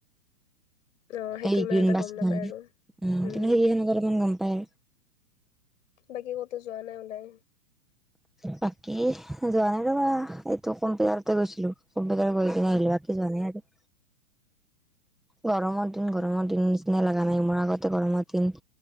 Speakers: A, on the left; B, in the centre.
A: অ', সেইটো
B: এই
A: ইমান
B: গ্ৰীণ
A: এটা
B: বাছখন
A: গম নাপায় আৰু
B: উম
A: হম।
B: কিন্তু সেইকেইখনত অলপমান গম পায়
A: বাকী ক'তো যোৱা নাই ওলাই?
B: বাকী যোৱা নাই ৰ'বা, এইটো কম্পিউটাৰতে গৈছিলোঁ কম্পিউটাৰ গৈ কিনে আহিলোঁ বাকী যোৱা নাই আৰু। গৰমৰ দিন, গৰমৰ
A: অ'।
B: দিন নিচিনাই লাগা নাই মোৰ আগতে গৰমৰ দিন